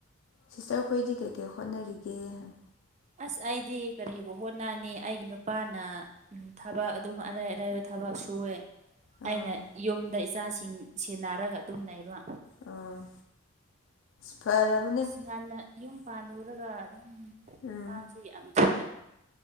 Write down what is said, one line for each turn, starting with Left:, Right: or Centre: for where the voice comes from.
Left: ꯁꯤꯁꯇ꯭ꯔ ꯑꯩꯈꯣꯏꯗꯤ ꯀꯩꯀꯩ ꯍꯣꯠꯅꯔꯤꯒꯦ ꯍꯥꯏꯝ
Right: ꯑꯁ ꯑꯩꯗꯤ ꯀꯔꯤꯕꯨ ꯍꯣꯠꯅꯅꯤ ꯑꯩꯒꯤ ꯅꯨꯄꯥꯅ ꯎꯝ ꯊꯕꯛ ꯑꯗꯨꯝ ꯑꯔꯩ ꯑꯔꯩꯕ ꯊꯕꯛ ꯁꯨꯋꯦ
Left: ꯑꯥ
Right: ꯑꯩꯅ ꯌꯨꯝꯗ ꯏꯆꯥꯁꯤꯡ ꯁꯦꯟꯅꯔꯒ ꯑꯗꯨꯝ ꯂꯩꯕ
Left: ꯑꯣ ꯐꯔꯕꯅꯦ
Right: ꯉꯟꯅ ꯌꯨꯝ ꯄꯥꯜꯂꯨꯔꯒ ꯑꯗꯨꯝ
Left: ꯎꯝ
Right: ꯑꯉꯥꯡꯁꯦ ꯌꯥꯝ ꯊꯨꯅ